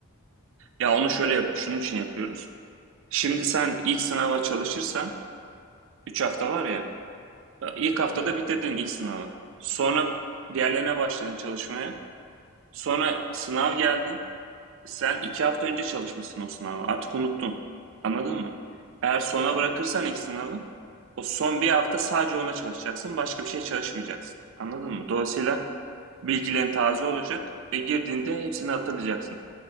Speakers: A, on the right; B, on the left.
A: Ya onu şöyle yap, şunun için yapıyoruz. Şimdi sen ilk sınava çalışırsan 3 hafta var ya. İlk haftada
B: Hı hı.
A: bitirdin ilk sınavı. Sonra diğerlerine başladın çalışmaya. Sonra sınav geldi. Sen iki hafta önce çalışmışsın o sınava. Artık unuttun. Anladın mı? Eğer sona
B: Hmm.
A: bırakırsan ilk sınavı, o son bir hafta sadece ona çalışacaksın. Başka bir şey çalışmayacaksın. Anladın mı? Dolayısıyla bilgilerin taze olacak ve girdiğinde hepsini hatırlayacaksın.